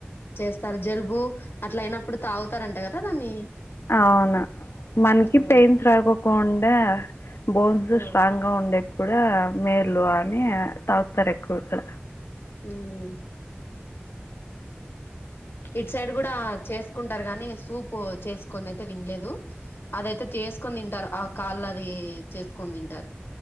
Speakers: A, on the left; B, on the left.
A: చేస్తారు జలుబు అట్లా అయినప్పుడు తాగుతారంట కదా దాన్ని
B: అవును మనకి
A: ఆ
B: పెయిన్స్ రాగకుండా బోన్స్
A: ఆ
B: స్ట్రాంగ్ గా ఉండే కూడా మే అని తాగుతారు ఎక్కువ కా
A: ఉమ్ ఇటు సైడ్ కూడా చేసుకుంటారు గాని సూప్ చేసుకునీ అయితే వినలేదు అదయితే చేసుకొని తింటారు ఆ కాళ్ళు అది చేసుకొని తింటారు